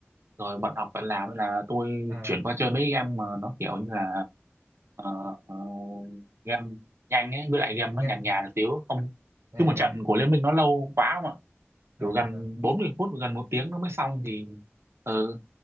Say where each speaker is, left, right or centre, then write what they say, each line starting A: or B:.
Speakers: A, on the right (about 65°); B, on the right (about 85°).
A: rồi bận học bận làm nên là tôi
B: à,
A: chuyển qua chơi mấy game mà nó kiểu như là ờ, ờ, game nhanh ấy với lại game nó
B: nhanh
A: nhàn nhàn một xíu không
B: à,
A: chứ một trận của Liên Minh nó lâu quá mà
B: à
A: kiểu gần 40 phút gần một tiếng nó mới xong thì ừ